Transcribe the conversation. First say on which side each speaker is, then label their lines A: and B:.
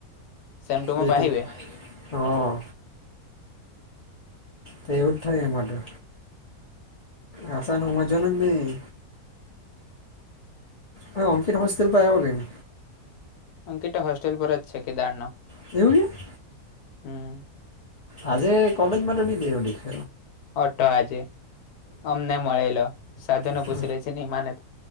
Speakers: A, on the left; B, on the left.
A: સેમ ટુમાં
B: તે
A: પાહી
B: તે
A: બે
B: હા. તે એવું જ થાય એમાં તો. આસાનો હામજવાનું ની. હા અંકિત હોસ્ટેલ પાસે આવ.
A: અંકિત તો હોસ્ટેલ પર જ છે કે દારનો.
B: કેવુ કે
A: હમ્મ.
B: આજે કોલેજમાં નથી દેવ દીખ
A: ઑટો આજે અમને મળેલો સાધુ ને
B: કે
A: પૂછી લેજે ની માને તો.